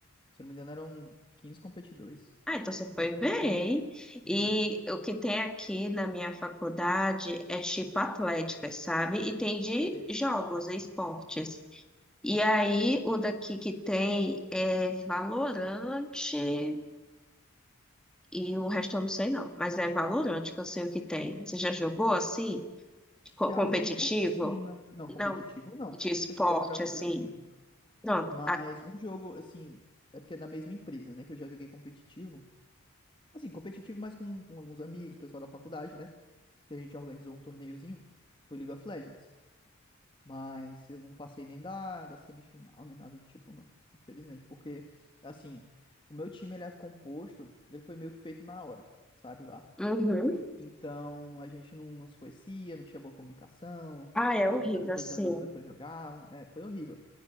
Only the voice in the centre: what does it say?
Ah, então você foi bem.
E o que tem aqui na minha faculdade é tipo atlética, sabe? E tem de
jogos, e esportes. E aí o daqui que tem é Valorante e o resto eu não sei não, mas é Valorante que eu sei o que tem. Você já jogou assim? Co-
Competitivo?
Não,
de esporte
assim. Pronto,
Uhum.
Ah, é
horrível,
assim.